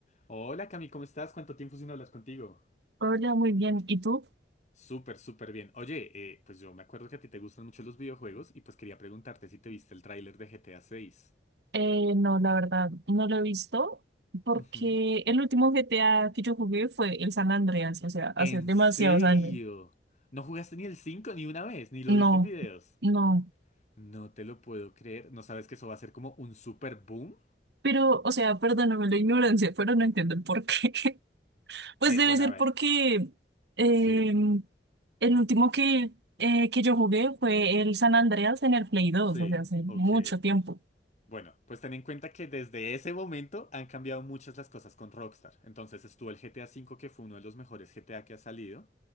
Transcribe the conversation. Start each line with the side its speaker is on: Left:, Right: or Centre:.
Left: Hola Cami, ¿cómo estás? ¿Cuánto tiempo sin hablas contigo?
Right: Hola, muy bien. ¿Y tú?
Left: Súper, súper bien. Oye, eh, pues yo me acuerdo que a ti te gustan mucho los videojuegos y pues quería preguntarte si te viste el tráiler de GTA 6.
Right: Eh, no, la verdad, no lo he visto porque
Left: Ujú.
Right: el último GTA que yo jugué fue el San Andreas, o sea, hace
Left: ¿En
Right: demasiados
Left: serio?
Right: años.
Left: ¿No jugaste ni el 5 ni una vez? ¿Ni lo
Right: No,
Left: viste en videos?
Right: no.
Left: No te lo puedo creer. ¿No sabes que eso va a ser como un super boom?
Right: Pero, o sea, perdóname la ignorancia, pero no entiendo el por qué. <laughs> Pues
Left: Eh,
Right: debe
Left: bueno,
Right: ser
Left: a ver.
Right: porque eh,
Left: Sí,
Right: el último que, eh, que yo jugué fue el San Andreas en el Play dos
Left: sí,
Right: o sea, hace
Left: ok.
Right: mucho tiempo.
Left: Bueno, pues ten en cuenta que desde ese momento han cambiado muchas las cosas con Rockstar. Entonces estuvo el GTA V, que fue uno de los mejores GTA que ha salido.